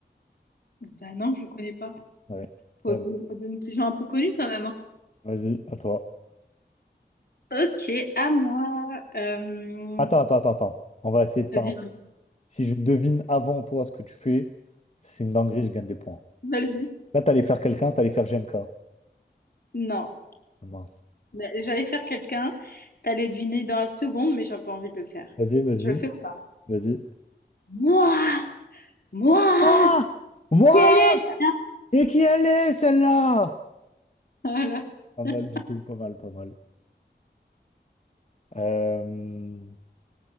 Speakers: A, on the left (about 55°); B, on the left (about 40°).
A: Bah non, je le connais pas.
B: Ouais.
A: Faut,
B: Eh ben,
A: faut faut donner des gens un peu connus quand même. hein.
B: vas-y, à toi.
A: Ok, à moi. Euh,
B: Attends, attends, attends, attends. On va essayer de faire
A: Vas-y,
B: un... Si je devine avant toi ce que tu fais, c'est une dinguerie, je gagne des points.
A: vas-y.
B: Là, t'allais faire quelqu'un, t'allais faire GMK.
A: Non,
B: Ah, mince.
A: Mais j'allais faire quelqu'un. T'allais deviner dans la seconde, mais j'avais pas envie de le faire.
B: Vas-y, vas-y,
A: Je le fais ou pas?
B: vas-y.
A: Moi! Moi!
B: Moi! Moi!
A: Quel est ça?
B: Et qui allait, celle-là?
A: Voilà.
B: Pas
A: <laughs>
B: mal du tout, pas mal, pas mal. Euh,